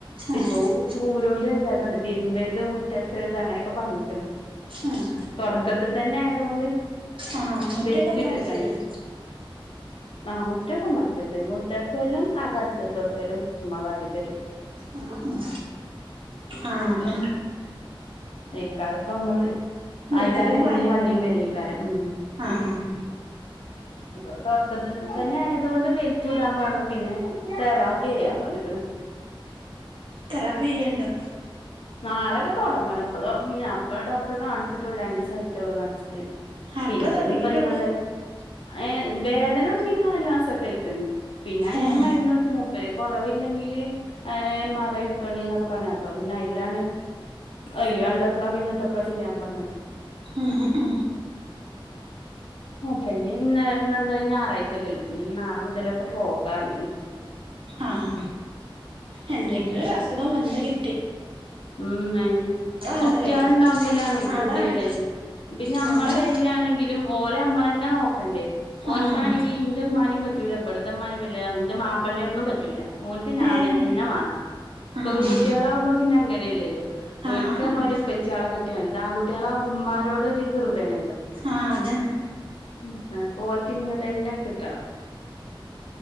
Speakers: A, on the left; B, on the right.
A: ഇപ്പോ
B: ആഹ്
A: ഊരോണ്ട് വെജ്ജാത്തോണ്ട് തിരുമ്പരുത് മുറ്റടിചോരത് അങ്ങനെക്കെ പറഞ്ഞിക്ക്ണ്
B: ആഹ്
A: തൊടക്കത്ത്തന്നെ ആയതോണ്ട്
B: ആഹ് മുറ്റൊക്കെ
A: ബെൽറ്റ്ഇട്ട്ക്കാണേ
B: ഉമ്മ അടിച്ചരും
A: ആഹ് മുറ്റോക്കെ ഇമ്മ അടിച്ചോരി തരും മുറ്റ ചാരലും അകടിച്ചോരിതൊടക്കലും ഇമ്മ കാട്ടിത്തരും
B: ആഹ് ഉം ആഹ് അതന്നെ
A: വൈക്കാതെപ്പമ്മള് അയിലേറീം
B: എടുത്തിട്ടും
A: വല്ല്യേ
B: കാര്യല്ലല്ലോ
A: വണ്ടീം വലിം അയിക്കാരം ഉം
B: ആഹ്
A: അത് തൊടക്കത്ത് തന്നെ ആയതൊണ്ട് ബെൽറ്റുടാ പറഞ്ഞു പിന്നെ തെറാപ്പിയ്യാ പറഞ്ഞ്ക്ക്ണ്
B: തെറാപ്പിയ്യ്ണ്ടോ?
A: നാളെക്കെ തൊടങ്ങണം പ്പദോ ഉം ഞാപ്പ ഡോക്ടറെ കാൺച്ചിട്ടുള്ളൂ രണ്ടീസായിറ്റൊള്ളൂ കാണിച്ചിട്ട്.
B: ആഹ്
A: പിന്നെപ്പഞ്ഞീ
B: ഇപ്പ തൊടങ്ങിട്ടൊള്ളൂ
A: പ്പന്നന്താ ണ് ഏ വേദന തൊടങ്ങീട്ട് നാല് മാസൊക്കെ അയിക്ക്ണ് പിന്നെങ്ങനെ
B: ഏഹ്
A: മരുന്ന് കുടിച്ച് മൂ പേ കൊറവില്ലെങ്കില് ഏ എം ആർ ഐ എടുത്തോണ്ടിന്നൊക്കെ പറഞ്ഞ അപ്പ പിന്നെ അയിൽ യിലാണ് അയില് കണ്ടപ്പള പിന്നെതൊക്കെ ചെയ്യാ പറഞ്ഞത്.
B: ആഹ് അ
A: അപ്പഞ്ഞി ഇന്ന് ഇന്നെന്തായാലും ഞായറാഴ്ചക്കല്ലോ ഞ്ഞി നാളെ മുതലൊക്കെ പോകാറഞ്ഞ്ക്ക്ണ്
B: ആഹ് എന്തെങ്കിലും ഒരു അസുഖം വന്ന് കി
A: ഉം അയന്നെ ഈ കുട്ടിയാള്
B: കഥ കഴിഞ്ഞ്
A: ണ്ടാവുമ്പലാണ് കെതിയേട്
B: അതാണ്
A: പിന്നെ
B: നമ്മളെ
A: അമ്മളെ പേരിലാണെങ്കിലും ഓലെ അമ്മളെന്നെ നോക്കണ്ടേ ഓൻക്കാണെങ്കി
B: ആഹ്
A: ഇ ൻ്റെ ഇമ്മാനിം പറ്റൂല ഇബെടുത്തമ്മാനിം പറ്റ്ലാ ഇഞ്ചെ മാപ്പള്നെ ഒന്നും പറ്റൂല. ഓൻക്ക് ഞാൻ
B: ഏഹ്
A: തന്നെ വാണം.
B: ആഹ്
A: പെൺകുട്ടികളാകുമ്പോ പിന്നെ അങ്ങനെ ല്ലല്ലോ
B: ആഹ്
A: ഓൽക്ക് അറഞ്ഞ
B: ആഹ്
A: ഓലെ ഇപ്പ ച്ചിയാളെ കിട്ടിയാ ദാ ആകുട്ടിയാളാവുമ്പോ ഉമ്മാരോട് ഒരു കൃബയാണല്ലോ
B: ആഹ് അതന്നെ
A: ഉം ആഹ് അപ്പോൻക്ക് ഇഞ്ഞത്തന്നെ കിട്ടണം